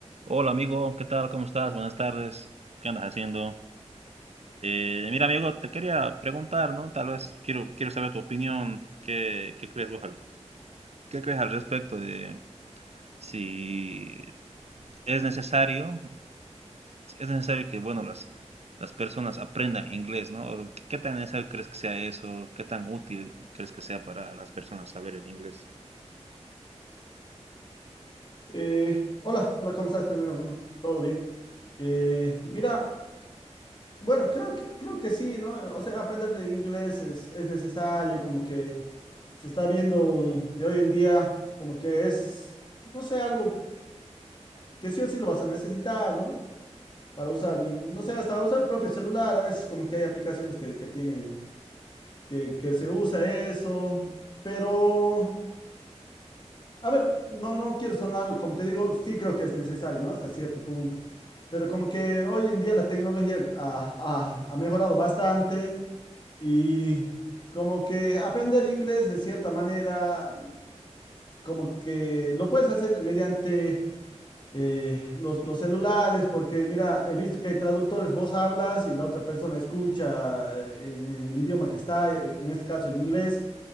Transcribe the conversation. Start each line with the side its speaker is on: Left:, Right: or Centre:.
Right: Hola amigo, ¿qué tal? ¿Cómo estás? Buenas tardes. ¿Qué andas haciendo? Eh, mira amigo, te quería preguntar, ¿no? Tal vez quiero, quiero saber tu opinión. ¿Qué, qué crees vos al, qué crees al respecto de si es necesario, es necesario que, bueno, las, las personas aprendan inglés, ¿no? O ¿Qué tan necesario crees que sea eso? ¿Qué tan útil crees que sea para las personas saber el inglés?
Left: Eh, hola, hola, ¿cómo estás primero, amigo? ¿Todo bien? Eh, mira, bueno, creo que, creo que sí, ¿no? O sea, aprender de inglés es, es necesario, como que se está viendo mm, que hoy en día como que es, no sé, algo que sí o sí lo vas a necesitar, ¿no? Para usar, mm, no sé, hasta usar el propio celular, a veces como que hay aplicaciones que, que tienen, que, que se usa eso, pero, a ver, no, no quiero sonar, como te digo, sí creo que es necesario, ¿no? Hasta cierto punto Pero como que hoy en día la tecnología ha, ha- ha mejorado bastante y como que aprender inglés de cierta manera, como que lo puedes hacer mediante eh, los, los celulares, porque mira, he visto que hay traductores, vos hablas y la otra persona escucha eh, en, en el idioma que está, eh, en este caso el inglés